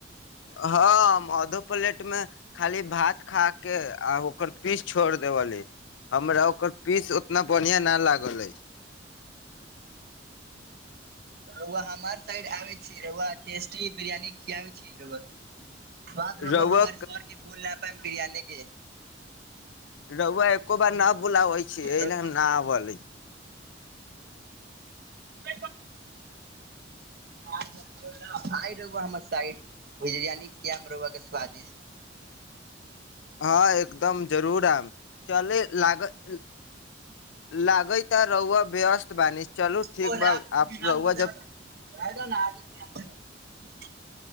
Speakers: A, on the left; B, on the right.
A: हँ हम आधो प्लेट मे खाली भात खा के आ ओकर पीस छोड़ देबली हमरा ओकर पीस ओतना बढ़िआं न लागल अए
B: रौआ हमार साइड आबे छी रौआ टेस्टी बिरयानी खियाआबे छी रौआ बाद
A: रउआ
B: रौआ हमार स्वरके भूल नहि पाय बिरयानी के
A: रौआ एको बार न बुलाबै छै एले
B: रउ
A: न अबलै
B: <unintelligible> आइ रौआ हमर साइड बिरियानी खियैब रौआ के स्वादिष्ट
A: हँ एकदम जरूर आयम चलय लागल लागैता रौआ व्यस्त बानी
B: <unintelligible>
A: चलू ठीक बा आप रउआ जब